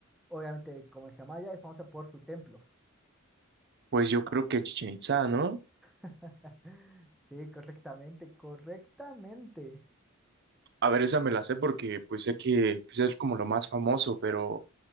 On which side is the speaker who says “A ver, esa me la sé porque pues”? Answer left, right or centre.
Right